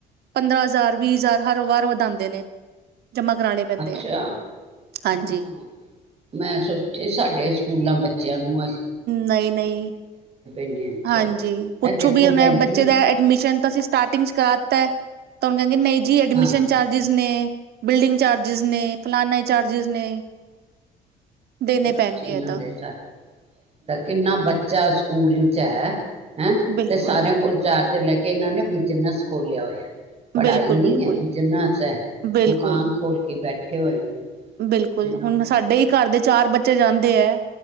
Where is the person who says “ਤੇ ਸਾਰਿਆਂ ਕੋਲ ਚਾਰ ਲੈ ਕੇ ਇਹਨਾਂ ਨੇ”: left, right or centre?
Right